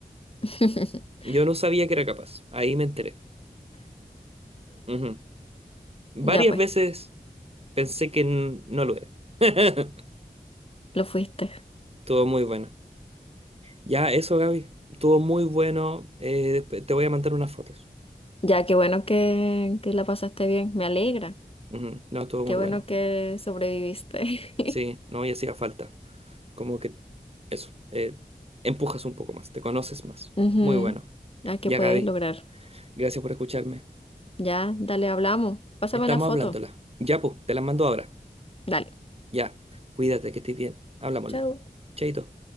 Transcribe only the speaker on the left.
<laughs>
Ya pues,
lo fuiste.
Ya, qué bueno que, que la pasaste bien. Me alegra.
Qué
bueno
que sobreviviste.
<laughs>
Ujú.
A que
puedes
lograr.
Ya, dale, hablamos. Pásame
la foto.
Dale.
Chao.